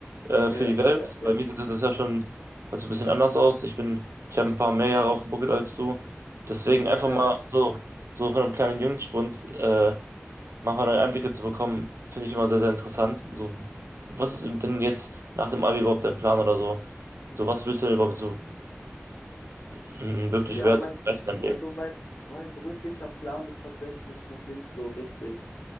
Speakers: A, on the right (about 75°); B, on the left (about 75°).
A: äh, für
B: ja,
A: die Welt.
B: ja, ja.
A: Bei mir sieht das jetzt ja schon also ein bisschen anders aus. Ich bin, ich habe ein paar mehr Jahre auf dem Buckel als du. Deswegen einfach
B: <laughs>
A: mal so, so von einem kleinen Jungspund äh, manchmal neue Einblicke zu bekommen, finde ich immer sehr, sehr interessant. So, was ist denn jetzt nach dem Abi überhaupt dein Plan oder so? So, was willst du denn überhaupt so mm, wirklich
B: Ja,
A: werden
B: mein,
A: und erreichen im Leben?
B: also mein, mein beruflicher Plan ist tatsächlich noch nicht so richtig,